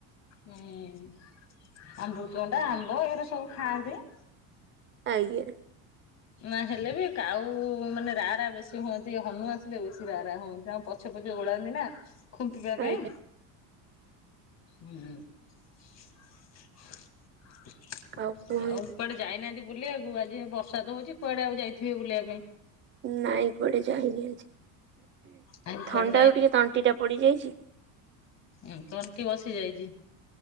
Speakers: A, on the left (about 35°); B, on the right (about 25°).
A: ହୁଁ ଅମୃତଭଣ୍ଡା, ଆମ୍ବ ଏଇରା ସବୁ ଖାଆନ୍ତି।
B: ଆଜ୍ଞା।
A: ନା ହେଲେ ବି କାଉ ମାନେ ରା ରା ବେଶୀ ହୁଅନ୍ତି ହନୁ ଆସିଲେ ବେଶୀ ରା ରା ହୁଅନ୍ତି ତାଙ୍କ ପ ଛପ ଛକ ଉଡାନ୍ତି ନା ଖୁମ୍ପିିବା
B: ଆଜ୍ଞା
A: ପାଇଁ। ହୁଁ ଆଉ
B: କାଉ କୁହନ୍ତୁ
A: କୁଆଡେ ଯାଇ ନାହାନ୍ତି ବୁଲିବାକୁ ଆଜି ବର୍ଷା ତ ହଉଚି କୁଆଡେ ଆଉ ଯାଇଥିବେ ବୁଲିବା ପାଇଁ।
B: ନାଇଁ କୁଆଡେ ଯାଇନି ଆଜି
A: ଆଜି କୁଆଡେ
B: ଥଣ୍ଡା ରୁ ଟିକେ ତଣ୍ଟି ଟା ପଡିଯାଇଚି।
A: ଉଁ- ତଣ୍ଟି ବସି ଯାଇଚି।